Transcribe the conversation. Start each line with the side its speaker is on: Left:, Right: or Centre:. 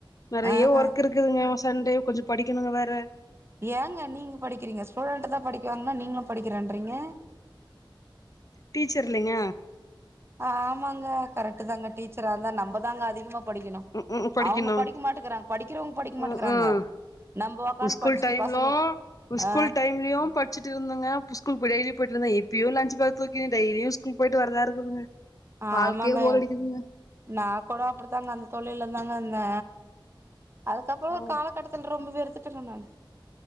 Left: நெறைய
Right: ஆஹா
Left: ஒர்க் இருக் குதுங்க சண்டே கொஞ்சோ படிக்குணுங்க வேற
Right: ஏங்க நீங்க படிக்கிறீங்க ஸ்டூடண்ட் தா படிக்குவோங்குன்னா நீங்களு படிக்கிறேன்றீங்க
Left: டீச்சர் இல்லிங்க
Right: ஆமாங்க கரெக்ட் தாங்க டீச்சரா இருந்தா நம்ம தாங்க அதிகமா படிக்குணு
Left: ம் ம் படிக்கணு
Right: அவுங்க படிக் மாட்டுக்குறாங்க படிக்கிறவங் படிக்க மாட்டுக்குறாங்க
Left: ம் ம்
Right: நம்ப உக்காந்து
Left: ஸ்கூல்
Right: படிச்சுட்டு
Left: டைம்லு
Right: பசங்களுக்
Left: ஸ்கூல்
Right: அ
Left: டைம்லயு படிச்சுட்டு இருந்தங்க ஸ்கூல் டெ்லியு போய்ட்டு இருந்த எப்பியோ லஞ்ச் பேக் தூக்கிண்டு டெய்லியு ஸ்கூல் போயிட்டு வரதா இருக்குதுங்க
Right: ஆமாங்க
Left: வாழ்க்கையே போர் அடிக்குதுங்க
Right: நா கூட அப்டித்தாங்க அந்த தொழில்ல தா இருந்த அதுக்கப்றோ ஒரு
Left: ம்
Right: காலத் ஒரு கட்டத்துல ரொம்ப வெறுத்துட்டுக்கே நானு